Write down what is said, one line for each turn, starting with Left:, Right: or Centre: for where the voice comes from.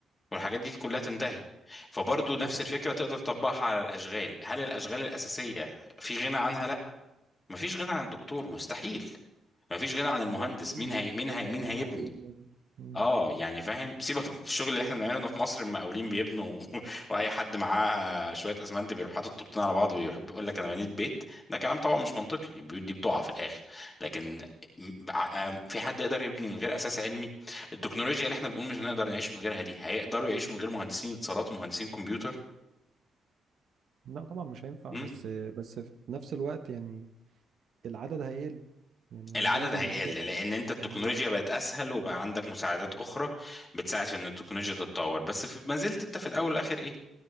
Left: والحاجات دي كلها تنتهي فبرضه نفس
Right: أيوه
Left: الفكره تقدر تطبقها على الاشغال هل الاشغال الاساسيه في غنى عنها لا مفيش غنى عن الدكتور مستحيل مفيش غنى عن المهندس
Right: ولا مهندس
Left: مين هي مين
Right: كده
Left: هي
Right: كده
Left: مين هيبني
Right: ده هيبني مم.
Left: اه يعني فاهم سيبك من الشغل اللي احنا بنعمله هنا في مصر المقاولين بيبنوا <laughs> واي حد معاه شويه اسمنت بيروح حاطط طوبتين على بعض ويروح بيقول لك انا بنيت بيت ده كلام طبعا مش منطقي البيوت دي بتقع في الاخر لكن م- ع- آه، في حد يقدر يبني من غير اساس علمي التكنولوجيا اللي احنا بنقول مش هنقدر نعيش من غيرها دي هيقدروا يعيشوا من غير مهندسين اتصالات ومهندسين كمبيوتر
Right: لا طبعا مش هينفع
Left: مم؟
Right: بس بس في نفس الوقت يعني العدد هيقل يعني هو
Left: العدد
Right: لازم
Left: هيقل
Right: العدد هي-
Left: لان انت التكنولوجيا
Right: هيقل
Left: بقت اسهل وبقى عندك مساعدات اخرى بتساعد في ان التكنولوجيا تتطور بس في- ما زلت انت في الاول والاخر ايه